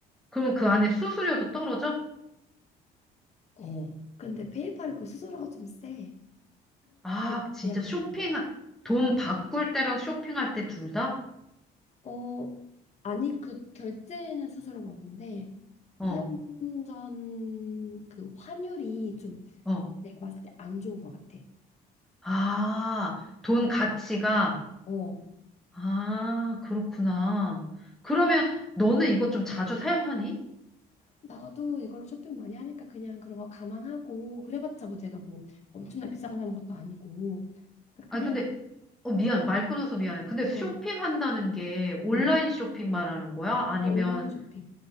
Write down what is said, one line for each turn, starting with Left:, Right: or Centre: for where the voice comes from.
Centre: 그러면 그 안에 수수료도 떨어져?
Left: 어. 근데 페이팔이 그 수수료가 좀 세.
Centre: 아,
Left: 그게
Centre: 진짜
Left: 문제야.
Centre: 쇼핑,
Left: 음.
Centre: 돈 바꿀 때랑 쇼핑할 때 둘 다?
Left: 어. 아니 그 결제는 수수료가 없는데
Centre: 어,
Left: 환전 그 환율이 좀
Centre: 어.
Left: 내가 봤을 때 안 좋은 것 같아.
Centre: 아, 돈 가치가,
Left: 어.
Centre: 아, 그렇구나. 그러면 너는 이거 좀 자주 사용하니?
Left: 나도 이걸로 쇼핑 많이 하니까 그냥 그런 거 감안하고 그래봤자 뭐 내가 뭐 엄청나 비싼 거 사는 것도 아니고 그러니까
Centre: 아니,
Left: 그냥
Centre: 근데, 어, 미안,
Left: 써버리
Centre: 말 끊어서 미안해. 근데 쇼핑한다는
Left: 어,
Centre: 게 온라인
Left: 음.
Centre: 쇼핑 말하는 거야? 아니면,
Left: 어, 온라인 음. 쇼핑.